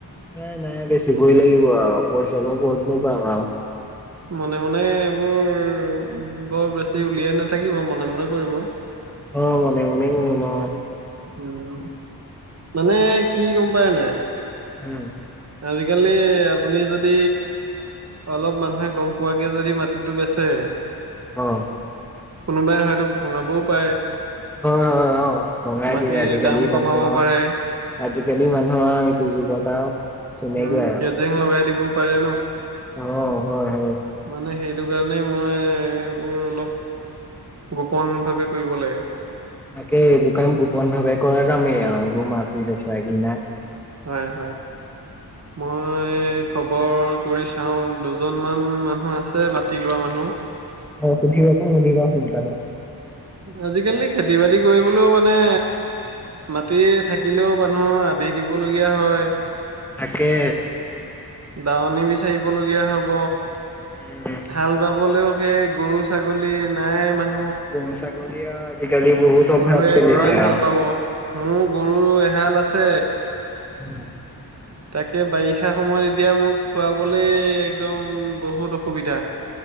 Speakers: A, in the centre; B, on the right.
A: এ নাই বেছিবই লাগিব আও পইচা নো ক'তনো পাম আও।
B: মনে মনে এইবোৰ বৰ বেছি উলিয়াই নাথাকিব মনে মনে কৰিব। <inaudible>
A: হ মনে মনে কম আও।
B: উম মানে কি গম পায় নাই।
A: উম।
B: আজিকালি আপুনি যদি অলপ মানুহে গম পোৱাকে যদি মাটিটো বেচে
A: অ
B: কোনোবাই হয়তো ভঙাবও পাৰে।
A: হয় হয় অ ভঙাই
B: মাটিৰ
A: দিয়ে আজিকালি
B: দাম কমাব
A: মানুহ
B: পাৰে
A: আজিকালি মানুহ আ এইটো যুগত আও। তেনেকুৱাই
B: উম কে
A: আও
B: জেং লগাই দিবও পাৰে ন।
A: অ হয়। হয়
B: মানে সেইটো কাৰণেই মই এইবোৰ অলপ গোপন ভাৱে কৰিব লাগে।
A: তাকে এইবোৰ কাম গোপন ভাৱে কৰ কামেই আও এইবোৰ মাটি বেচা কিনা
B: হয় হয় মই খবৰ কৰি চাও দুজন মান মানুহ আছে মাটি লোৱা মানুহ।
A: স সুধিবাচোন সুধিবা সোনকালে
B: আজিকালি খেতি বাতি কৰিবলৈও মানে মাটি থাকিলেও মানুহ আধি দিবলগীয়া হয়।
A: তাকে
B: দাৱনী বিচাৰিব লগীয়া হ'ব
A: উম
B: হাল বাব- হবলেও সেই গৰু ছাগলী নাই ইমান
A: গোম চাগলিয়া জিকালি বহুত
B: গৰুৱে
A: অভাৱ চলিছে
B: কিমান হাল
A: আও।
B: বাব মোৰ গৰু এহাল আছে
A: <inaudible>
B: তাকে বাৰিষা সময়ত এতিয়া মোক খোৱাবলে একদম বহুত অসুবিধা।